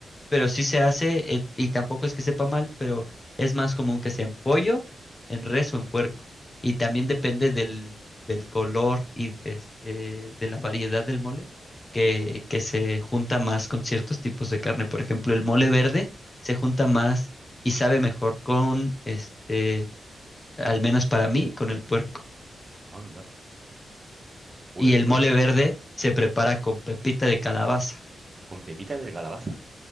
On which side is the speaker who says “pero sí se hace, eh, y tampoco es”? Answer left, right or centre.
Left